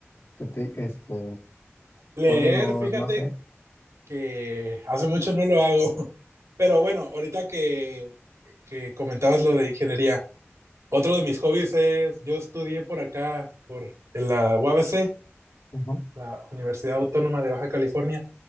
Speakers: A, on the left; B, on the right.
A: Te- te- Este,
B: Leer,
A: juegos,
B: fíjate
A: no sé,
B: que hace mucho no lo hago. <laughs> Pero bueno, ahorita que, que comentabas lo de ingeniería, otro de mis hobbies es, yo estudié por acá, por en la UABC,
A: Ajá.
B: la Universidad Autónoma de Baja California.